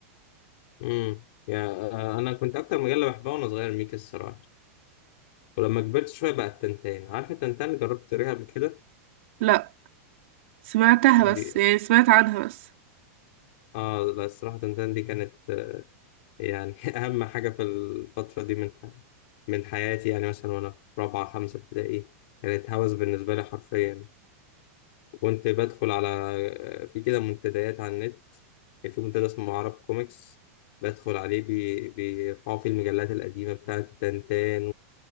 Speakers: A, on the left (about 50°); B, on the right (about 55°).
A: امم يا آه، انا كنت اكتر مجله بحبها وانا صغير ميكي الصراحه ولما كبرت شويه بقى التنتان عارفه التنتان جربت تقريها قبل كده
B: لا سمعتها
A: ودي
B: بس يعني سمعت عنها بس
A: اه لا الصراحه تنتان دي كانت يعني <laughs> أهم حاجة في الفترة دي من من حياتي يعني مثلا وأنا في رابعة خمسة ابتدائي كانت هوس بالنسبة لي حرفيا كنت بدخل على في كده منتديات على النت كان في منتدى اسمه عرب كوميكس بدخل عليه بي... بيرفعوا فيه المجلات القديمة بتاعت تنتان